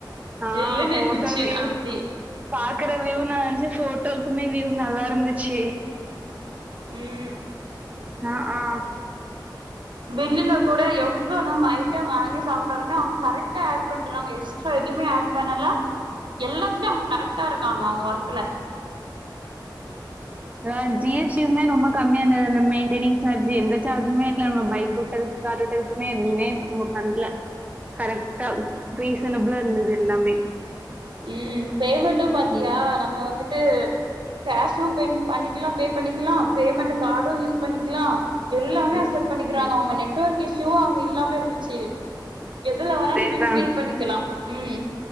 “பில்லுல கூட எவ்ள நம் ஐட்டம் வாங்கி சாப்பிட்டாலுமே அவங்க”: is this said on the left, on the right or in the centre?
Right